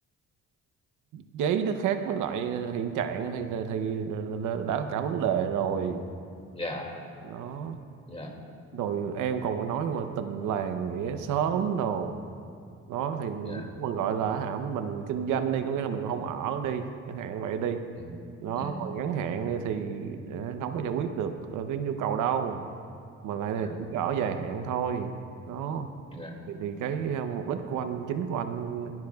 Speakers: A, on the right (about 80°); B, on the left (about 20°).
A: giấy nó khác với lại hiện trạng thì là- thì là- đã cả vấn đề rồi
B: dạ
A: đó
B: dạ
A: rồi em còn có nói mà tình làng nghĩa xóm đồ đó thì lúc
B: dạ
A: mà gọi là hả mình kinh doanh đi có nghĩa là mình không ở đi chẳng hạn vậy đi
B: ừ
A: nó
B: ừ
A: còn ngắn hạn đi thì ờ, nó không có giải quyết được ờ, cái nhu cầu đâu mà lại
B: dạ
A: là chỉ có ở dài hạn thôi đó
B: dạ
A: thì, thì cái ờ, mục đích của anh chính của anh